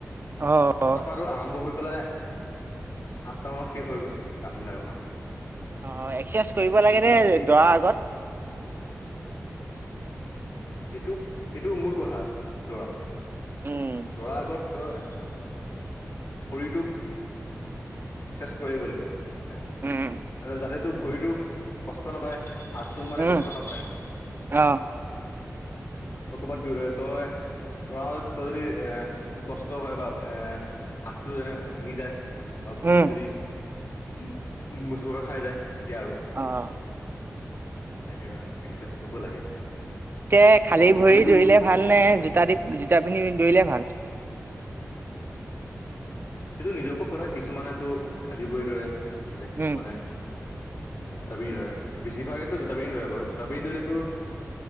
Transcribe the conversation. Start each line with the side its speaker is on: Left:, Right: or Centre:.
Right: অ
Left: ছটা
Right: অ
Left: পা আৰু আৰম্ভ হৈ। পেলাই আঠটা মানত শেষ হৈ গৈ কাম বিলাক আমাৰ।
Right: অহ এক্সাৰচাইজ কৰিব লাগে নে দৌৰাৰ আগত।
Left: এইটো এইটো মোৰ কথা দৌৰা।
Right: উম
Left: দৌৰাৰ আগত তই। শৰীৰটোক। এক্সাৰচাইজ কৰিব লাগিব মানে
Right: উম
Left: যাতে তোৰ ভৰিটো কষ্ট নাপায়। হাতটো মানে
Right: উম
Left: কষ্ট নাপায়।
Right: অ
Left: তই ক'ৰবাত দৌৰে তই দৌৰাত তৰ যদি এ কষ্ট হয় বা এ হাতটো যে ভাঙি যায় তাৰপৰা ভৰিটো
Right: উম
Left: যদি উ মোচাকা খাই যায় তেতিয়া আৰু সেইবিলাক
Right: অ
Left: এক্সাৰচাইজ কৰিব লাগে
Right: পিছে খালী
Left: আৰু
Right: ভৰি
Left: শৰীৰটো
Right: দৌৰিলে ভাল নে জোতা দি জোতা পিন্ধি দৌৰিলে ভাল?
Left: সেইটো নিজৰ ওপৰৰ কথা কিছুমানেতো খালী ভৰি দৰে এ কিছুমানে
Right: উম,
Left: জোতা পিন্ধি দৌৰে বেছিৰ ভাগেই ত জোতা পিন্ধি দৌৰে বাৰু তাৰপিনে ধৰিলে তোৰ